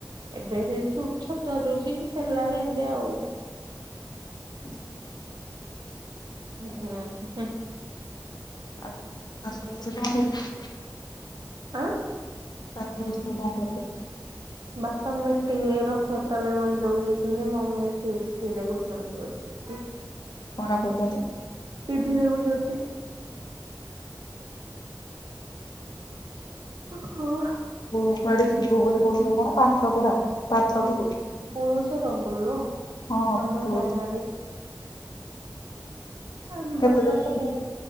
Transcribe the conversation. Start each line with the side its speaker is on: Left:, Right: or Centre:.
Right: ଏବେ ସେ ଚୁ ଛତୁଆ ଦୋଉଚି କି ସେର୍ଲାକ ଏମତି ଆଉ।
Left: ଉଁ ହୁଁ।
Right: ହଁ ହୁଁ।
Left: ଆ ତୋ ଶାଶୁ ଶଶୁର କଁ କରୁଛନ୍ତି?
Right: ଆଁ?
Left: ଶାଶୁ ଶଶୁର କଁ କ
Right: ବାପା ମିଟିଙ୍ଗି ରଥଯାତ୍ରା ପାଇଁ ମନ୍ଦିରକୁ ଯାଇଛନ୍ତି ମମି ଟି ଭି ଦେଖୁଛନ୍ତି ବସି। ହୁଁ।
Left: କଁ ଟା କରୁଚନ୍ତି?
Right: ଟି ଭିି ଦେଖୁଚନ୍ତି। ଓହୋ।
Left: ଓ କୁଆଡ଼େ ଯିବୁ ବୋଲି କହୁଥୁଲୁ କଣ ପାତ୍ର ପଡ଼ା? ପାତ୍ରପରୁ
Right: ପୁରୁଷୋତ୍ତମପୁର ଲୋ
Left: ହଁ
Right: ତମ
Left: ପୁରୁ।
Right: ଗାଁ ଆଡେ ଆ
Left: କେତେ
Right: ବାପା
Left: ଦିନ
Right: ସବୁ